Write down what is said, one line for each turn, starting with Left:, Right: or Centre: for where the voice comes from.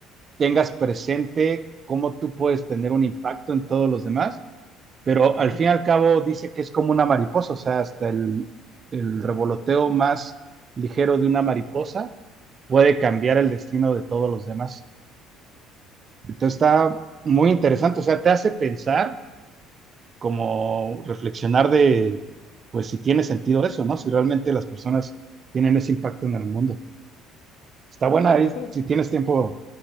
Right: tengas presente cómo tú puedes tener un impacto en todos los demás, pero
Left: ujú.
Right: al fin y al cabo dice que es como una mariposa, o sea, hasta el, el revoloteo más ligero de una mariposa puede cambiar el destino de todos los demás. Entonces está muy interesante, o sea, te hace pensar como reflexionar de, pues si tiene sentido eso, ¿no? Si realmente las personas tienen ese impacto en el mundo. Está buena ahí,
Left: Yo creo
Right: si tienes tiempo,